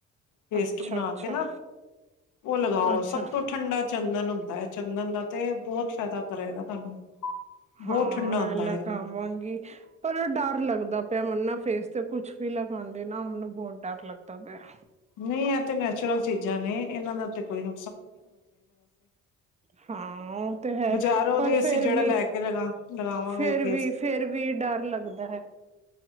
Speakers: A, on the left; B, on the right.
A: ਪੇਸਟ
B: ਅੱਛਾ
A: ਬਣਾ
B: ਅੱਛਾ
A: ਕੇ ਨਾ ਉਹ ਲਗਾਓ
B: ਅੱਛਾ
A: ਸਭ ਤੋਂ ਠੰਡਾ ਚੰਦਨ। ਚੰਦਨ ਦਾ ਤੇ ਬਹੁਤ ਫਾਇਦਾ ਕਰੇਗਾ ਤੁਹਾਨੂੰ। ਬਹੁਤ
B: ਹਾਂ,
A: ਠੰਡਾ ਹੁੰਦਾ
B: ਇਹ ਲੱਗਾ
A: ਹੈ ਉਹ
B: ਆਵਾਂਗੀ ਪਰ ਡਰ ਲੱਗਦਾ ਪਿਆ ਮੈਨੂੰ ਨਾ ਫੇਸ। ਤੇ ਕੁੱਛ ਵੀ ਲਗਾਉਂਦੇ ਨਾ ਮੈਨੂੰ ਬਹੁਤ ਡਰ ਲੱਗਦਾ ਪਿਆ।
A: ਨਹੀਂ ਇਹ ਤੇ ਨੈਚੁਰਲ ਚੀਜ਼ਾਂ ਨੇ ਇਹਨਾਂ ਦਾ ਤੇ ਕੋਈ ਨੀ।
B: ਹਾਂ ਉਹ ਤੇ ਹੈ
A: ਬਜ਼ਾਰੋਂ
B: ਪਰ
A: ਦੀ ਅਸੀਂ
B: ਫਿਰ
A: ਜਿਹੜਾ
B: ਵੀ
A: ਲੈ ਕੇ ਲਗਾ ਲਗਾਵਾਂਗੇ
B: ਫਿਰ
A: ਫੇਸ
B: ਵੀ ਫਿਰ ਵੀ ਡਰ ਲੱਗਦਾ ਹੈ।